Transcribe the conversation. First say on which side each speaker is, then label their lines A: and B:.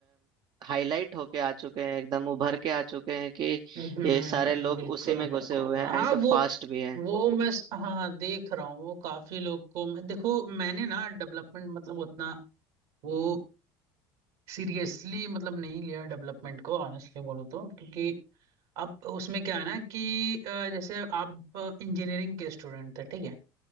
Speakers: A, on the right; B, on the right.
A: हाईलाइट होके आ चुके हैं एकदम उभर के आ चुके हैं कि
B: हम्म, हम्म,
A: ये सारे लोग
B: बिल्कुल
A: उसी में घुसे
B: बिल्कुल
A: हुए हैं
B: हाँ
A: एंड
B: वो
A: फास्ट भी हैं
B: वो मैं स- हाँ देख रहा हूँ वो काफी लोग को मैं- देखो मैंने ना डेवलपमेंट मतलब उतना वो सीरियसली मतलब नहीं लिया डेवलपमेंट को ऑनेस्टली बोलो तो क्योंकि अब उसमें क्या है ना कि अ, जैसे आप इंजीनियरिंग के स्टूडेंट थे ठीक है